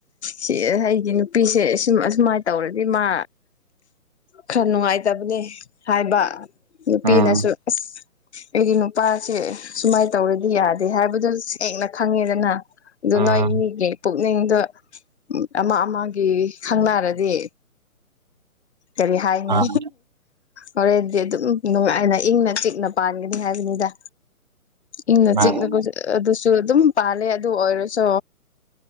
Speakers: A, on the left; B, on the right.
A: ꯁꯤ ꯑꯩꯒꯤ ꯅꯨꯄꯤꯁꯦ ꯑꯁꯨꯝ ꯑꯁꯨꯃꯥꯏꯅ ꯇꯧꯔꯗꯤ ꯃꯥ ꯈꯔ ꯅꯨꯡꯉꯥꯏꯇꯕꯅꯦ ꯍꯥꯏꯕ ꯅꯨꯄꯤꯅꯁꯨ
B: ꯎꯝ
A: ꯑꯁ ꯑꯩꯗꯤ ꯅꯨꯄꯥꯁꯦ ꯁꯨꯃꯥꯏꯅ ꯇꯧꯔꯗꯤ ꯌꯥꯗꯦ ꯍꯥꯏꯕꯗꯨꯣ ꯁꯦꯡꯅ ꯈꯪꯉꯦꯗꯅ ꯑꯗꯨ
B: ꯎꯝ
A: ꯅꯣꯏ ꯃꯤꯒꯤ ꯄꯨꯛꯅꯤꯡꯗ ꯑꯃ ꯑꯃꯒꯤ ꯈꯪꯅꯔꯗꯤ ꯀꯔꯤ ꯍꯥꯏꯅꯤ
B: ꯎꯝ
A: ꯍꯣꯔꯦꯟꯗꯤ ꯑꯗꯨꯝ ꯅꯨꯡꯉꯥꯏꯅ ꯏꯪꯅ ꯆꯤꯛꯅ ꯄꯥꯟꯒꯅꯤ ꯍꯥꯏꯕꯅꯤꯗ ꯏꯪꯅ
B: ꯃꯥꯅꯦ
A: ꯆꯤꯛꯅꯒ ꯑꯗꯨꯁꯨ ꯑꯗꯨꯝ ꯄꯥꯜꯂꯦ ꯑꯗꯨ ꯑꯣꯏꯔꯁꯨ